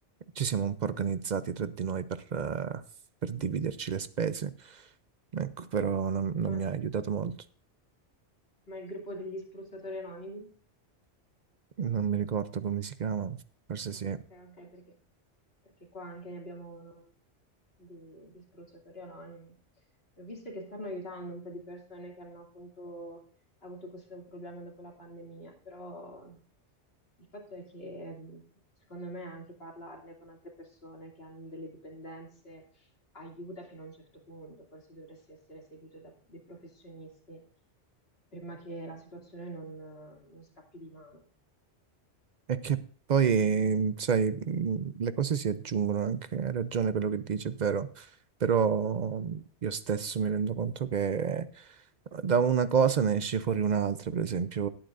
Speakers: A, on the right (about 55°); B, on the left (about 55°).
A: ci siamo un po' organizzati tra di noi per, eh, per dividerci le spese. Ecco, però non non
B: Ma
A: mi ha aiutato molto.
B: Ma il gruppo degli spruzzatori anonimi?
A: Non mi ricordo come si chiama, forse
B: Ah,
A: sì.
B: ok, ok, Sì. perché, perché qua anche ne abbiamo uno di, di spruzzatori anonimi. E Ho visto che stanno aiutando un po' di persone che hanno appunto avuto questo problema dopo la pandemia, però il fatto è che mh, secondo me anche parlarne con altre persone che hanno delle dipendenze aiuta fino a un certo punto, forse dovresti essere seguito da dei professionisti prima che la situazione non non scappi di mano.
A: È che poi, mhmm, sai, mh, le cose si aggiungono anche, hai ragione quello che dici, è vero, però mhmm, io stesso mi rendo conto che uhm, da una cosa ne esce fuori un'altra, per esempio,